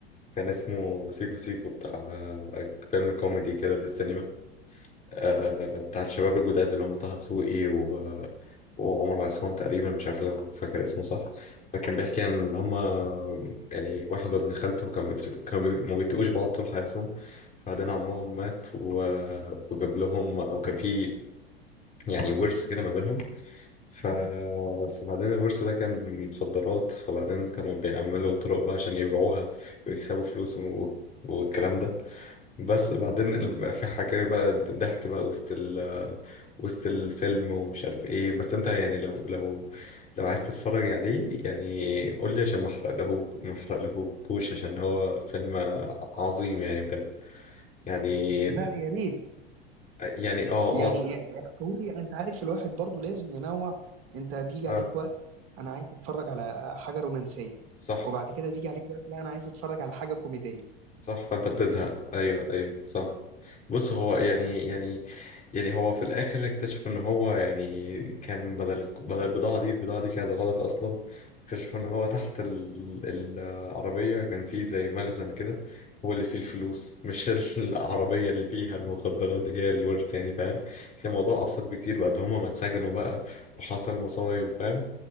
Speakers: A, on the left; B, on the right.
A: كان اسمه سيكو سيكو بتاع فيلم كوميدي كده في السينما آه، بتاع الشباب الجداد اللي هم طه دسوقي و... وعمر عصام تقريبا مش عارف لو فاكر اسمه صح فكان بيحكي إن هم يعني واحد وابن خالته كانوا بيت- كانوا بي- ما بيتقوش بعض طول حياتهم بعدين عمهم مات و... وجاب لهم أو كان في يعني ورث كده ما بينهم ف... فبعدين الورث ده كان مخدرات فبعدين كانوا بيعملوا طرق بقى عشان يبيعوها ويكسبوا فلوس و... والكلام ده بس بعدين ال- بقى في حكاية بقى د- ضحك بقى وسط ال... وسط الفيلم ومش عارف ايه بس انت يعني لو لو لو عايز تتفرج عليه يعني قول لي عشان ما احرق له ما احرق له كوش عشان هو فيلم عظيم يعني بجد يعني
B: لا يا ريت
A: يعني اه
B: يعني
A: اه,
B: إيه؟ احكولي أنت عارف الواحد برضو لازم ينوع أنت بيجي
A: آه.
B: عليك وقت أنا عايز أتفرج على حاجة رومانسية
A: صح
B: وبعد كده بيجي عليك وقت لا أنا عايز أتفرج على حاجة كوميدية
A: صح فانت بتزهق ايوه ايوه صح بص هو يعني يعني يعني هو في الاخر اكتشف ان هو يعني كان بدل بدل البضاعه دي البضاعه دي كانت غلط اصلا اكتشف ان هو تحت ال- العربيه كان فيه زي مخزن كده هو اللي فيه الفلوس مش <laughs> العربيه اللي فيها المخدرات دي هي الورث يعني فاهم كان الموضوع ابسط بكتير بعد هما ما اتسجنوا بقى وحصل مصايب فاهم